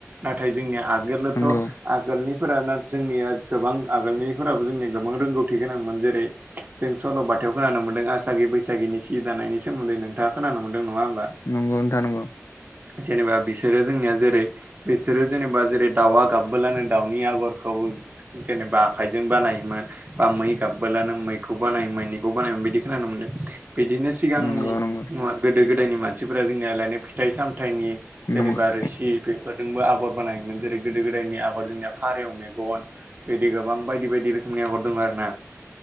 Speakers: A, on the right (about 35°); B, on the left (about 60°).
A: नाथाय जोंनिया आगोलोथ'।
B: नामा
A: आगोलनिफोरा ना जोंनिया गोबां आगोलनिफोराबो जोंनिया गोबां रोंगौथि गोनांमोन जेरै - जों सल'बाथायाव खोनानो मोनदों आसागि बैसागिनि सि जि दानायनि सोमोन्दै नोंथाङा खोनानो मोनदों नङा होमबा?
B: नंगौ नंगौ नोंथां नंगौ
A: जेनेबा बिस सोरो जोंनिया जेरै बिसोरो जेनेबा जेरै दाउआ गाबबोलानो दाउनि आगरखौबो जेनेबा आखायजों बानायोमोन बा मै गाबबोलानो मैखौ बानायो मैनिखौ बानायोमोन बिदि खोनानो मोनदों। बिदिनो सिगांनि
B: नंगौ नंगौ
A: नुवा गोदो गोदायनि मानसिफोरा जोंनियालायनो फिथाइ सामथाइनि। जेनेबा
B: नंगौ
A: रोसि बेफोरजोंबो आगर बानायोमोन जेरै गोदो गोदायनि आगर जोंनिया फारौ मेगन। बिदि गोबां बायदि-बायदि रोखोमनि आगर दङ आरो ना।